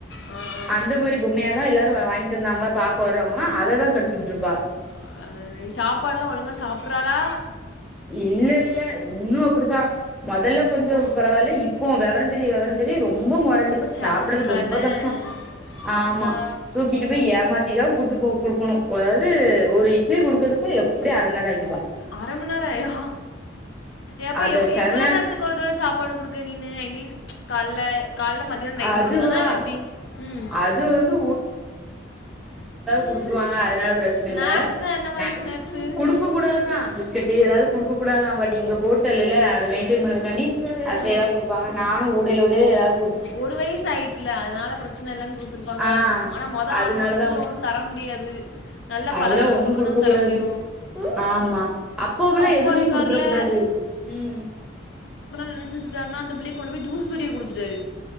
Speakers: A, on the left; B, in the centre.
A: ஆ ஆ
B: அந்த மாரி பொம்மையாதா எல்லாரு வாங்கிட்டு இருந்தாங்களா பாக்க வர்றவங்களா அததா கடிச்சுக்கிட்டுருப்பா
A: ஆ அது சாப்பாடுலா ஒழுங்கா சாப்பிர்றாலா
B: இல்ல இல்ல இன்னு அப்படித்தா மொதல்ல கொஞ்ச
A: ஓ
B: பரவால்ல இப்போ வெவர தெரிய வெவர தெரிய ரொம்ப மொறண்டு
A: ரொம்ப சேட்ட
B: சாப்படுறதுக்கு
A: பண்றா
B: ரொம்ப
A: என்ன
B: கஷ்டம்
A: எ
B: ஆமா
A: ஆத்தா
B: தூக்கிட்டு போய் ஏமாத்திதான் கூட்டுபோ கொடுக்கணும் அதாவது ஒரு இட்லி கொடுக்கதுக்கு எப்படி அரைமண் நேரம் ஆக்கிருவா
A: அரை மணி நேரம் ஐயோ எப்ப
B: அத செல
A: எவ்ளோ நேரத்துக்கு ஒரு தடவை சாப்பாடு கொடுக்க நீனு ஐ மீன் கால்ல கால்ல மத்யானம் நைட்டு
B: அதுவா
A: மட்டுந்தானா இல்ல எப்டி ம்
B: அது வந்து கொடுத்துருவா அதனால பிரச்சனை
A: ஸ்நாக்ஸ்னா
B: இல்ல
A: என்ன
B: ஸ்னக்
A: மாரி ஸ்நாக்ஸு
B: குடுக்க கூடாதுதான் பிஸ்கட்டு ஏதாவது குடுக்க கூடாதான் பட் எங்க ஹோட்டலில அத மெயின்டெய பறதுக்காண்டி அத்த
A: ஆ
B: ஏதாவது கொடுப்பாங்க நானும் ஊடைல ஊடைல எதாவது
A: ஒரு வயசு ஆயிட்ல அதனால பிரச்சனை இல்ல கொடுத்துருப்பாங்களா
B: ஆ
A: இருக்கும் ஆனா மொத
B: அதனாலதா
A: ஆறு மாசத்துக்குள்ள ஒன்னும் தர முடியாது நல்லா
B: அதெல்லா
A: பழகுனதுக்கு
B: ஒண்ணு
A: அப்புறம்
B: குடுக்க
A: தானே தர
B: கூடாது
A: முடியும்
B: ஆமா அப்புமெல்லாம்
A: அப்பா
B: எதுவுமே
A: இருக்காருல
B: குடுத்துர கூடாது உம்
A: நினைச்சி வச்சிட்டாருனா அந்த புள்ளையக் கொண்டு போய் ஜுஸ் பெரிய கொடுத்துட்டாரு